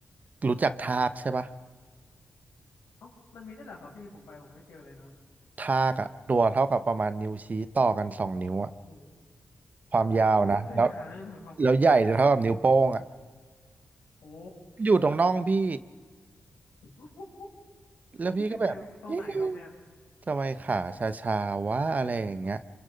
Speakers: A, on the right; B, on the left.
A: รู้จักทากใช่ปะ
B: เอ้ามันมีได้วยเหรอครับพี่ผมไปผมไม่เจอเลยนะ
A: ทากอะตัวเท่ากับประมาณนิ้วชี้ต่อกันสองนิ้วอะ
B: โอ้โห
A: ความยาวนะแล้ว
B: <laughs> อุ้ยมันตัวใหญ่ขนาดนั้นเหรอครับ
A: แล้วใหญ่เท่ากับนิ้วโป้งอ่ะ
B: โอ้
A: อยู่ตรงน่องพี่
B: <laughs>
A: แล้วพี่ก็แบบเอ๊ะ
B: พี่ไปเจอตรงไหนครับเนี่ย
A: ทำไมขาชาชาวะอะไรอย่างเงี้ย